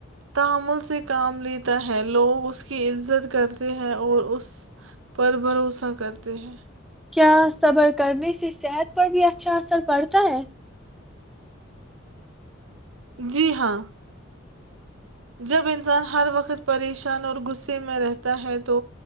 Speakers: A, on the right; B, in the centre.
A: تامل سے کام لیتا ہے لوگ اس کی عزت کرتے ہیں اور اس پر بھروسہ کرتے ہیں
B: کیا صبر کرنے سے صحت پر بھی اچھا اثر پڑتا ہے
A: جی ہاں جب انسان ہر وقت پریشان اور غصے میں رہتا ہے تو